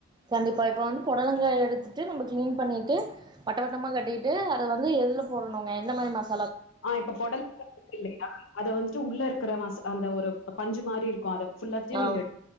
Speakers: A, on the right (about 20°); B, on the left (about 80°).
A: கண்டிப்பா இப்ப வந்து பொடலங்கா எடுத்துட்டு நம்ம க்ளீன் பண்ணிட்டு வட்டவட்டமா கட்டிட்டு அத வந்து எதுல போடணுங்க எந்த மாரி மச
B: ஆஹ் இப்ப பொடலங்கா இருக்கு இல்லையா அத வந்துட்டு உள்ள இருக்ற மச அந்த ஒரு பஞ்சு மாரி இருக்கூ அத ஃபுல்லாத்தையு
A: ஆ
B: நீங்க